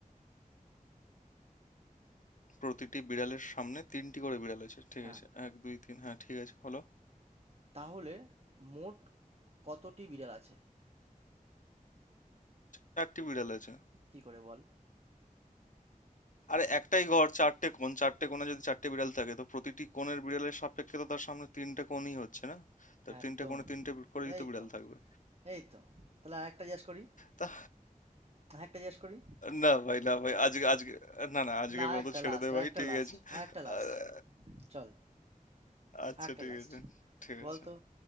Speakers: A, on the left; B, on the right.
A: প্রতিটি বিড়ালের সামনে তিনটি করে বিড়াল আছে ঠিক
B: হ্যাঁ
A: আছে এক দুই তিন হ্যাঁ ঠিক আছে হলো
B: তাহলে মোট কতটি বিড়াল আছে
A: চারটি বিড়াল আছে
B: কি করে বল
A: আরে একটাই ঘর চারটে কোণ চারটে কোণে যদি চারটে বিড়াল থাকে তো প্রতিটি কোণের বিড়ালের সাপেক্ষে তো তার সামনে তিনটে কোণই হচ্ছে না তার
B: একদম
A: তিনটে কোণে তিনটে বি- করেই
B: এই
A: তো বিড়াল
B: তো
A: থাকবে
B: এই তো তাহলে আরেকটা জিজ্ঞেস করি
A: তা
B: আরেকটা জিজ্ঞেস করি
A: না ভাই না ভাই আজকে আজকে না না আজকের
B: না আরেকটা
A: মতো ছেড়ে
B: লাস্ট
A: দে ভাই
B: আরেকটা
A: ঠিক
B: লাস্ট
A: আছে
B: আরেকটা লাস্ট
A: আহ,
B: চল
A: আচ্ছা
B: আরেকটা
A: ঠিক
B: লাস্ট
A: আছে ঠিক
B: বলতো
A: আছে